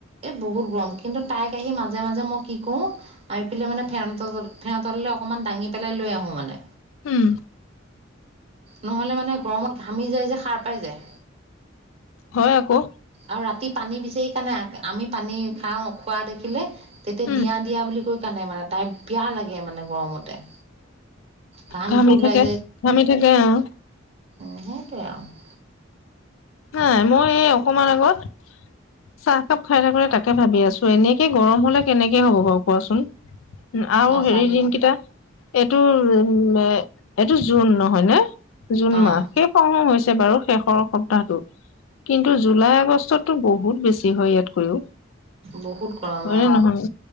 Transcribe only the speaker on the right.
এই বহুত গৰম। কিন্তু তাইক আহি মাজে- মাজে মই কি কৰোঁ আহি পেলাই মানে ফেন- ফেন তললে অকণমান দাঙি পেলাই লৈ আহোঁ মানে।
নহ'লে মানে গৰমত ঘামি যায় যে, সাৰ পাই যায়।
আৰু ৰাতি পানী বিচাৰি কাৰণে, আমি পানী খাওঁ, খোৱা দেখিলে তেতিয়া
দিয়া- দিয়া বুলি কৈ কান্দে মানে তাই, পিয়া লাগে মানে গৰমতে। ঘামটো
ওলাই
উম সেইটোৱে আৰু।
অঁ সঁচাকৈ
দেই
অঁ
বহুত গৰম অঁ